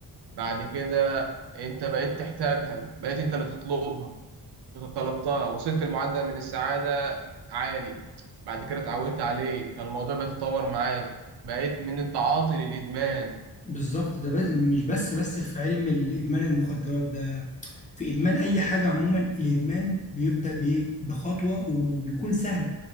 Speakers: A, on the right; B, on the left.
A: بعد كده أنت بقيت تحتاجها بقيت أنت اللي تطلبها طلبتها وصلت لمعدل من السعادة عالي بعد كده اتعودت عليه فالموضوع بيتطور معاك بقيت من التعاطي للإدمان
B: بالظبط ده بس مش بس بس في علم الادمان المخدرات ده في ادمان اي حاجه عموما الادمان بيبدا بايه بخطوه وبيكون سهل